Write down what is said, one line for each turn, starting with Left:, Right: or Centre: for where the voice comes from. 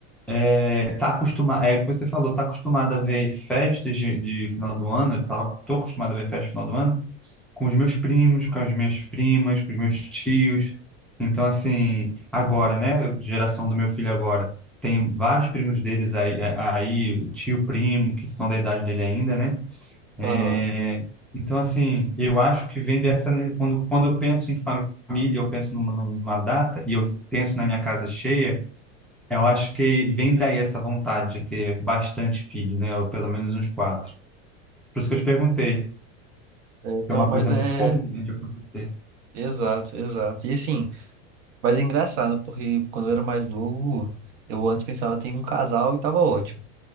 Centre: é, tá acostumado, é o que você falou, tá acostumado a ver festas de, de final do ano, eu tava, tô acostumado a ver festa de final do ano com os meus primos, com as minhas primas, com os meus tios. Então, assim, agora, né, geração do meu filho agora, tem vários primos deles aí, é, aí, tio, primo, que são da idade dele ainda, né? É,
Right: Aham.
Centre: então, assim, eu acho que vem dessa. né, Quando, quando eu penso em família, eu penso numa, numa data e eu penso na minha casa cheia, eu acho que vem daí essa vontade de ter bastante filho, né? Ou pelo menos uns quatro. Por isso que eu te perguntei, que
Right: É,
Centre: é
Right: não,
Centre: uma
Right: mas
Centre: coisa
Right: é.
Centre: muito comum, né, de acontecer.
Right: Exato, exato. E assim, mas é engraçado, porque quando eu era mais novo, eu antes pensava, tem um casal e tava ótimo.